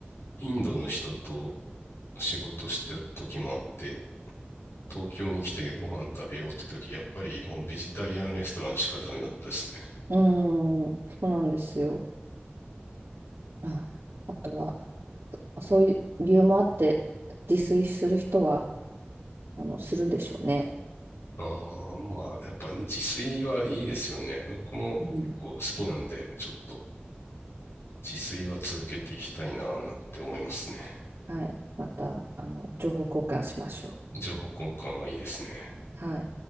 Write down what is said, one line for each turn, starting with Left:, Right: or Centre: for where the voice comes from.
Left: インドの人と仕事してた時もあって、東京に来てご飯食べようって時、やっぱりもうベジタリアンレストランしかダメだったですね。
Right: うん、そうなんですよ。まああとは、そういう理由もあって、自炊する人は、あの、するんでしょうね。
Left: ああ、まあ、やっぱ自炊はいいですよね。僕も結構好きなんで、
Right: うん、
Left: ちょっと自炊は続けていきたいな、なんて思いますね。
Right: はい。また、あの、情報交換しましょ
Left: 情報交換はいいですね。
Right: う。はい。